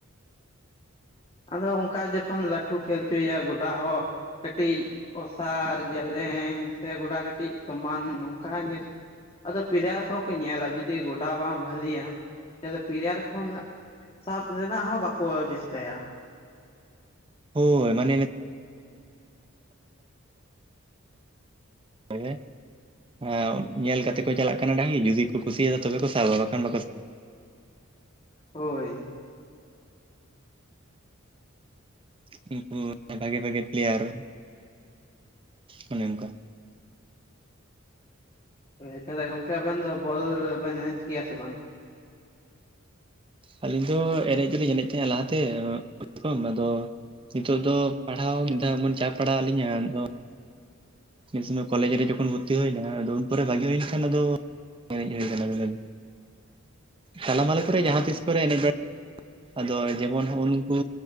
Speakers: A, on the left; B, on the right.
A: ᱟᱫᱚ ᱚᱱᱠᱟ ᱡᱚᱠᱦᱚᱱ ᱞᱟᱹᱴᱩ ᱠᱷᱮᱞ ᱦᱚᱪᱚᱭᱟ ᱜᱚᱴᱟ ᱦᱚᱸ᱾ ᱠᱟᱹᱴᱤᱡ ᱚᱥᱟᱨ ᱡᱮᱞᱮᱧ ᱥᱮ ᱜᱚᱰᱟ ᱠᱟᱹᱴᱤᱡ ᱥᱚᱢᱟᱱ, ᱱᱚᱝᱠᱟ ᱧᱮᱞ ᱟᱫᱚ ᱯᱮᱞᱭᱟᱨ ᱠᱚᱦᱚᱸ ᱠᱚ ᱧᱮᱞᱟ ᱡᱩᱫᱤ ᱜᱚᱰᱟ ᱵᱟᱝ ᱵᱟᱹᱞᱤᱭᱟ ᱛᱟᱦᱚᱞᱮ ᱯᱮᱞᱭᱟᱨ ᱠᱚᱚᱱᱟᱜ᱾ ᱥᱟᱵ ᱨᱮᱱᱟᱜ ᱦᱚᱸ ᱵᱟᱠᱚ ᱪᱮᱥᱴᱟᱭᱟ᱾
B: ᱦᱳᱭ ᱢᱟᱱᱮ, ᱱᱤ ᱦᱮ- ᱦᱮᱸ ᱧᱮᱞ ᱠᱟᱛᱮ ᱠᱚ ᱪᱟᱞᱟᱜ ᱠᱟᱱᱟ ᱰᱟᱝᱤ ᱡᱩᱫᱤ ᱠᱚ ᱠᱩᱥᱤᱭᱟᱫᱟ ᱛᱚᱵᱮ ᱠᱚ ᱥᱟᱵᱟ ᱵᱟᱠᱷᱟᱱ ᱵᱟᱠᱚ ᱥᱟᱵᱟ᱾
A: ᱦᱳᱭ
B: ᱠᱩ ᱦᱩᱭᱱᱟ ᱵᱟᱜᱮ ᱵᱷᱟᱜᱮ ᱯᱞᱭᱟᱨ ᱚᱱᱮ ᱚᱝᱠᱟ᱾
A: ᱦᱳᱭ ᱛᱟᱦᱚᱞᱮ ᱜᱚᱝᱠᱮ ᱟᱵᱮᱱ ᱫᱚ, ᱵᱚᱞ ᱵᱮᱱ ᱮᱱᱮᱡ ᱜᱮᱭᱟ ᱥᱮ ᱵᱟᱝ?
B: ᱟᱹᱞᱤᱧ ᱫᱚ ᱮᱱᱮᱡ ᱫᱚᱞᱤᱧ ᱮᱱᱮᱡ ᱛᱟᱦᱮᱸᱱᱟ ᱞᱟᱦᱟᱛᱮ <unintelligible> ᱟᱫᱚ᱾ ᱱᱤᱛᱚᱜ ᱫᱚ ᱯᱟᱲᱦᱟᱣ ᱢᱤᱫ ᱫᱷᱟᱣ ᱮᱢᱚᱱ ᱪᱟᱯ ᱯᱟᱲᱟᱣᱟᱜ ᱞᱤᱧᱟ, ᱟᱫᱚ ᱢᱤᱫ ᱥᱚᱢᱚᱭ ᱠᱚᱞᱮᱡ ᱨᱮ ᱡᱚᱠᱷᱚᱱ ᱵᱷᱚᱨᱛᱤ ᱦᱩᱭᱱᱟ ᱟᱫᱚ ᱩᱱ ᱯᱚᱨᱮ ᱵᱟᱜᱤ ᱦᱩᱭᱮᱱ ᱠᱷᱟᱱ ᱟᱫᱚ ᱮᱱᱮᱡ ᱦᱩᱭ ᱠᱟᱱᱟ, ᱛᱟᱞᱟᱢᱟᱞᱟ ᱠᱚᱨᱮ
A: ᱚ
B: ᱡᱟᱦᱟᱸ ᱛᱤᱥ ᱠᱚᱨᱮ ᱮᱱᱮᱡ ᱵᱟᱲᱟ ᱟᱫᱚ ᱡᱮᱢᱚᱱ ᱦᱚᱜᱼᱚᱭ ᱩᱱᱠᱩ᱾